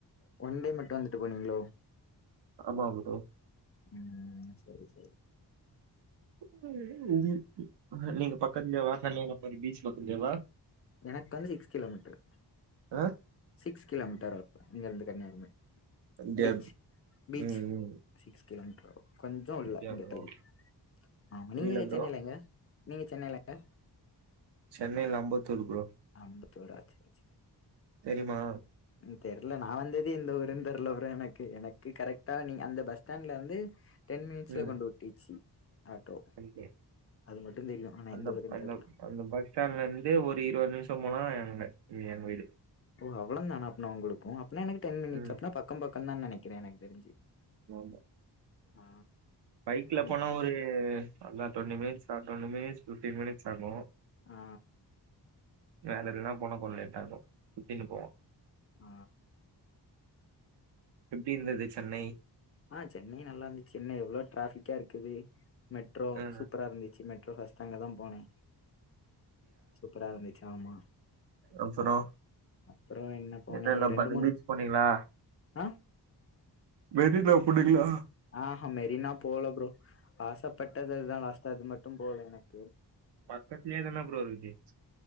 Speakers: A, on the left; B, on the right.
A: ஒன்டே மட்டு வந்துட்டு போனீங்களோ
B: ஆமா ப்ரோ
A: ம் செரி செரி
B: <unintelligible> நீங்க பக்கத்துல வாசல்லியே உக்காந்து பீஸ் பாக்க முடியுமா
A: எனக்கு வந்து சிக்ஸ் கிலோமீட்ரு
B: ஆ
A: சிக்ஸ் கிலோமீட்டர் இங்க இருந்து கன்னியாகுமரி
B: அப்டியா
A: பீச் பீச்கு
B: ம் ம்
A: சிக்ஸ் கிலோமீட்டர் வரு கொஞ்சோ உள்ள
B: அப்டியா
A: இங்க
B: ப்ரோ
A: தள்ளி ஆமா நீங்க
B: இல்ல ப்ரோ
A: சென்னைல எங்க நீங்க சென்னைல எங்க
B: சென்னையில அம்பத்தூர் ப்ரோ
A: அம்பத்தூரா செரி செரி
B: தெரிம்மா
A: ம் தெர்ல நா வந்ததே இந்த ஊருன தெர்ல ப்ரோ எனக்கு எனக்கு கரெக்டா நீங் அந்த பஸ் ஸ்டாண்ட்ல வந்து டென் மினிட்ஸ்ல
B: ம்
A: கொண்டு ஒட்டிச்சி ஆட்டோ
B: ஓகே
A: அது மட்டு தெரியு ஆனா
B: அந்த
A: எந்த ஊருன்
B: அந்த
A: தெர்ல
B: அந்த பஸ் ஸ்டாண்ட்ல இந்து ஒரு இருவது நிம்ஷோ போனா எங் வீடு
A: ஓ அவ்ளோந்தான அப்னா உங்களுக்கு அப்னா எனக்கு டென் மினிட்ஸ்
B: ம்
A: அப்னா பக்கம் பக்கம் தா நெனைக்கிறே எனக் தெரிஞ்சு
B: ஆமா
A: ஆ
B: பைக்ல
A: அங்
B: போனா ஒரு அதா டுவெண்டி மினிட்ஸ் ஆ டுவெண்டி மினிட்ஸ் ஃபிப்டி மினிட்ஸ் ஆகு
A: ஆ
B: வேல இருக்குனா போனா கொஞ் லேட்டாகு நீங்க போ
A: ஆ
B: எப்டி இருந்தது சென்னை
A: ஆ சென்னை நல்லா இந்துச்சு சென்னை எவ்ளோ டிராஃபிக்கா இருக்குது மெட்ரோ
B: ஆ
A: சூப்பரா இருந்து சின்ன மெட்ரோ பஸ்ட் அங்க தா போனே சூப்பரா இருந்துச்சு ஆமா
B: அப்பறோ
A: அப்றோ என்ன போனே
B: என்னலா
A: ரெண்டு
B: பாத்திங்
A: மூணு
B: பீச் போனீங்களா
A: ஆ
B: மெரினா போனிங்கலா
A: ஆஹ்ஹ மெரினா பல்ல ப்ரோ ஆசப்பட்டது அதுதா லாஸ்ட்டா அது மட்டு போல எனக்
B: பக்கத்துலே தான ப்ரோ இருந்ச்சு